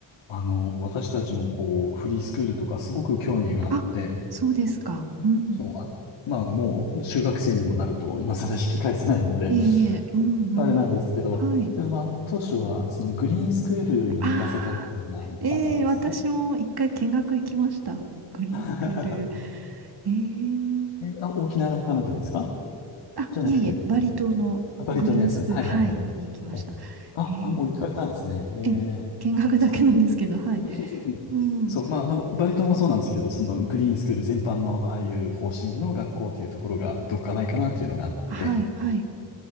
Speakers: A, on the left; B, on the right.
A: あの、私たちもこう、フリースクールとかすごく興味があって、
B: あ、そうですか。うん。
A: そう、あ、まあもう中学生にもなると今更引き返せないので
B: いえいえ、うんうん。
A: あれなんですけど、
B: はい。
A: でまあ、当初はそのグリーンスクールに行かせたいというのがあったんですね。
B: ああ、ええ私も一回見学行きました。グリーンスクール。
A: <laughs>
B: ええ
A: え、あ、沖縄かなんかですか
B: あ、
A: じゃなくて、
B: いえいえ、バリ島のグリーンスクール、
A: あバリ島のやつ。はいはいはい。
B: はい、見に行きました。
A: え、あ、
B: え
A: あ、もう行かれたんですね。えー、
B: ええ、見学だけなんですけど、
A: そう。
B: はい。
A: <laughs>
B: うん。
A: そう、まあ、あの、バリ島もそうなんですけど、そのグリーンスクール全般のああいう方針の学校というところがどっかないかなというのがあって、
B: はい、はい。